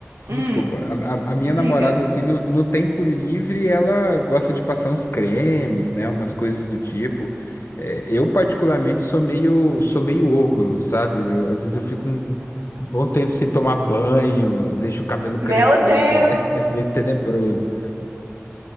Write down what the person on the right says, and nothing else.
Hum,
diga.
Meu Deus!